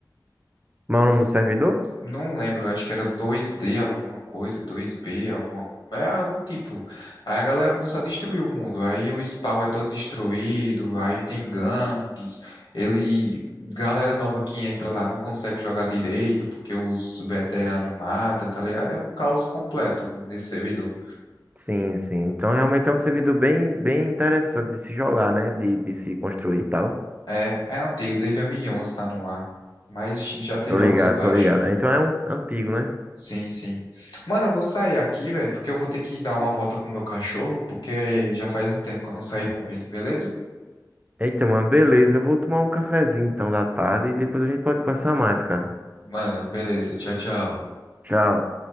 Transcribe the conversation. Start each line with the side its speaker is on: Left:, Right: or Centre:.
Right: Mas é o nome do servidor?
Left: Não lembro, acho que era 2D alguma coisa, 2B, alguma, é algum tipo. Aí a galera começou a destruir o mundo. Aí o spawn é todo destruído, aí tem gangues. Ele, galera nova que entra lá não consegue jogar direito porque os veteranos matam, tá ligado? É um caos completo no- nesse servidor.
Right: Sim, sim. Então realmente é um servidor bem, bem interessante de se jogar, né? De, de se construir e tal.
Left: É, é antigo, desde 2011 tá no ar, mas já teve
Right: Tô ligado,
Left: altos e baixos.
Right: tô ligado. né? Então é um antigo, né?
Left: Sim, sim. Mano, eu vou sair aqui, velho, porque eu vou ter que dar uma volta com o meu cachorro, porque já faz um tempo que eu não saí com ele, beleza?
Right: Eita, mano, beleza. Eu vou tomar um cafezinho então da tarde e depois a gente pode conversar mais, cara.
Left: Mano, beleza. Tchau, tchau.
Right: Tchau.